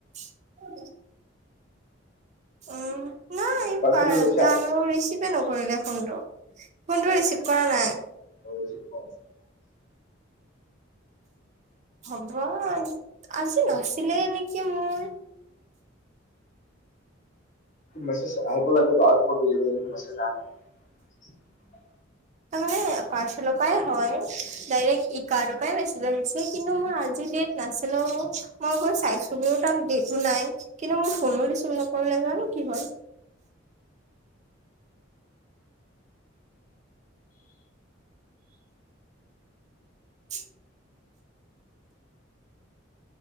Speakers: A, on the right (about 35°); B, on the left (about 40°).
A: <unintelligible> অ'। নাই।
B: পাৰ্চেলটো লৈছা?
A: জানো ৰিচিভে নকৰিলে! ফোনটো, ফোনটো ৰিচিভ কৰা নাই।
B: <unintelligible>
A: হ'ব। আজি নাচিলেই নেকি মোৰ!
B: মেছেজ আহিব লাগেত' ডেলিভাৰী নেকি মেছেজ আহে। <unintelligible>
A: তাৰ মানে পাৰ্চেলৰ পৰাই হয়। দাৰেক ই কাৰৰ পৰাই মেছেজ আহিছে। কিন্তু মই আজি ডেট নাছিলে অ। মই গৈ চাইছো গৈ তা'ত ডেটো নাই। কিন্তু মোৰ- দিছো নকৰিলে জানো কি হল। <unintelligible>